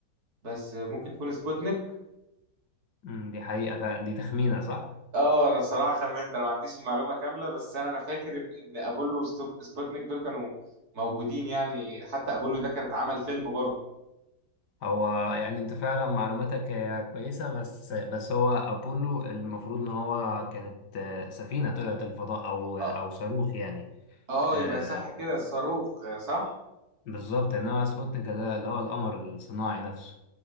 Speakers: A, on the right; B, on the left.
A: بس ممكن تكون سبوتنيك
B: مم، دي حقيقة فعلا دي تخمينة صح
A: اه انا الصراحه خمنت انا ما عنديش المعلومه كامله بس انا انا فاكر ان ان ابولو وسبوتنيك دول كانوا موجودين يعني حتى ابولو ده كان اتعمل فيلم برضو
B: هو يعني انت فعلا معلوماتك هي كويسة بس بس هو ابولو المفروض ان هو كانت آه، سفينة طلعت الفضاء او
A: آه،
B: او صاروخ يعني
A: اه
B: آه،
A: يبقى صح كده الصاروخ صح
B: بالظبط انما سبوتنيك ده اللي هو القمر الصناعي نفسه